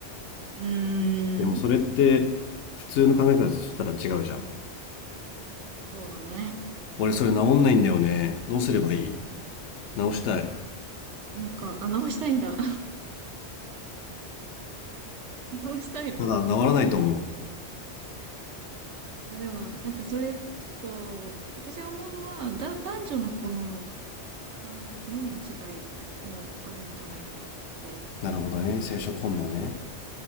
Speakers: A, on the right; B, on the left.
A: うん。
B: でもそれって普通の考え方としたら違うじゃん
A: うーん。そうだね。
B: 俺それ治んないんだよねどうすればいい治したい
A: なんか、あ、直したいんだ。<laughs> 直したいの。
B: ただ治らないと思
A: いや、でも、なんかそれ、ちょっと、私が思うのは、だ、男女のこの考え、脳の違いもあるんじゃないかなって
B: うなるほどね生殖本能ね
A: 思うんだけど、